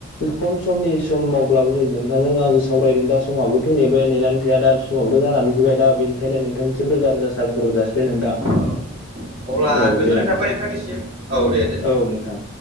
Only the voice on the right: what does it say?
औ अब्ला
गोजोननाय
थाबाय नोंथांनिसिम औ दे दे